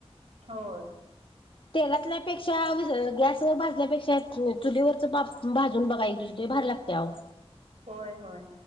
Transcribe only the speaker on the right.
होय.
होय होय.